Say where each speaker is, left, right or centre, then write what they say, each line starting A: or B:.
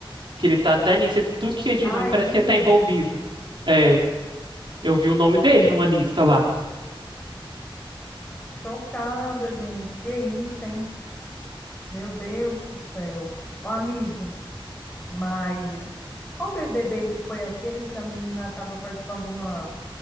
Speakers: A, on the right; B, on the left.
A: que ele tá até nisso. e Tudo que é de
B: Aí,
A: ruim parece que ele tá envolvido. É, eu vi o nome dele numa lista lá.
B: chocada, gente. Que isso, hein? Meu Deus do céu. Ô, amigo, mas qual BBB foi aquele que a menina estava participando de uma